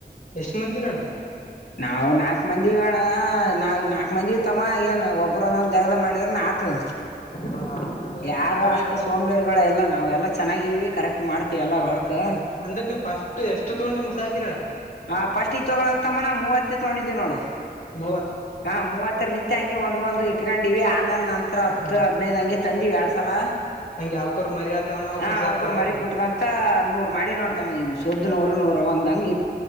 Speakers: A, on the left; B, on the left.
A: ಎಷ್ಟ ಮಂದಿರಣ್ಣ
B: ನಾವು ನಾಕ್ ಮಂದಿಣ ನಾ್ ನಾಕ್ ಮಂದಿ ಇತಮ್ಮ ಏನ್ ಒಬ್ಬರು ಒಂದೊಂದು ಗ ಮಾಡಿದ್ರ ಆತದ
A: ಹ ಅಂದ್ರ
B: ಯಾರೋ
A: ಅವೇ
B: ಅಷ್ಟು ಸೋಂಬೇರಿಗಳು ಎಲ್ಲ ನಾವವು ಎಲ್ಲ ಚೆನ್ನಾಗಿ ಕರೆಕ್ಟ್ ಮಾಡ್ೀವಿ ಎಲ್ಲು ವರ್ಕ್ ಕ್ಕ
A: ಅಂದ್ರ ನೀವ್ ಫಸ್ಟ್ ಎಷ್ಟು ತಗೊಂಡು ಮ ಸಾಾಕಿರೋಣ
B: ಹಾ ಫಸ್ಟ್ ಈ ತೊಗೊಳ ತಮ್ಮಾನ ಮೂವತ್ತತ್ ತಗೊಂಡಿದೀವಿ ನೋಡು
A: ಮ
B: ಹಾ ಮೂವತ್ತು ನಿಂತ ಹಂಗೆ ಒಂದ್ ಒಂದು ಇಟ್ಕೊಂಡಿವವಿ. ಆಮೇಲೆ ನಂತರ ಹತ್ತು
A: ಹ
B: ಹದಿನೈದ ಹಂಗೆ ತಂದು ಎರಡು. ಮಸಾಲ.
A: ಹಂಗೆ ಅವಕೂರ್ ಮರಿ ಆತವಣ
B: ಹಾ
A: ಸಾಕದು
B: ಅವಕೂರ್ ಮರಿ ಬಿಟ್ಕಂತ ನೂರ್ ಮಾಡಿ ನೋಡ್ತಾವ ಈಗ. ಸೋದನೂರ ನೂ ರ ಅಂತ ಅಂಗ.